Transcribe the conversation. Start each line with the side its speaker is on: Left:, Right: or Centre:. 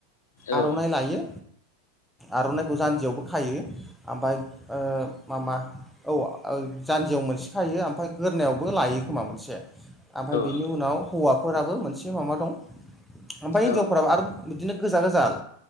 Left: औ नोंथां औ नोंथां औ
Centre: आर'नाइ लायो आर'नाइखौ जान्जियावबो खायो। ओमफ्राय माबा औ जान्जियाव मोनसे खायो ओमफ्राय गोदनायावबो लायो खोमा मोनसे ओमफ्राय बेनि
Left: नोंथां
Centre: उनाव हौवाफोराबो मोनसे माबा दं ओमफ्राय हिनजावफोराबो
Left: औ नोंथां
Centre: आरो बिदिनो गोजा गोजा जाल